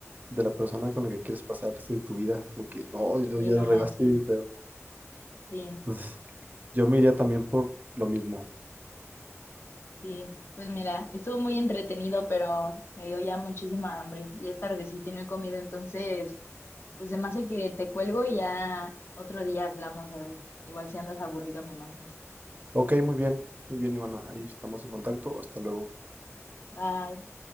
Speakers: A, on the right (about 35°); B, on the left (about 50°).
A: de la persona con la que quieres pasarse tu vida, como que no, yo
B: Sí,
A: ya
B: no
A: la regaste
B: manches.
A: bien feo.
B: Sí,
A: Entonces, yo me iría también por lo mismo.
B: sí. Pues mira, estuvo muy entretenido, pero me dio ya muchísima hambre. Ya es tardecito y no he comido, entonces, pues se me hace que te cuelgo y ya otro día hablamos, a ver. Igual si andas aburrido me marcas.
A: Ok, muy bien, muy bien, Ivana, ahí estamos en contacto, hasta luego.
B: Bye.